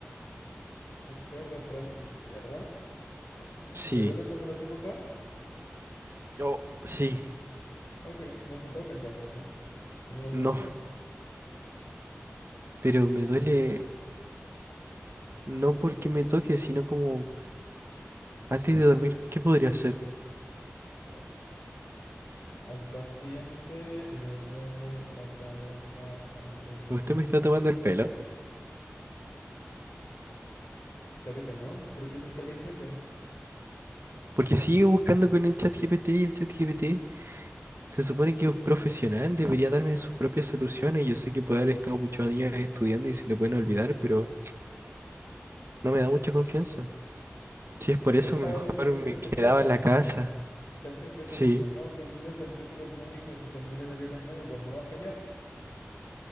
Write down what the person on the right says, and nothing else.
Sí.
Yo, sí,
no, pero me duele no porque me toque, sino como antes de dormir, ¿qué podría hacer?
Usted
me está tomando el pelo,
porque sigue buscando con el chat GPT y el chat GPT se supone que es profesional, debería darme sus propias soluciones. Yo sé que puede haber estado muchos años estudiando y se le pueden olvidar, pero no me da mucha confianza. Si es por
eso,
mejor
me quedaba en la casa.
Sí,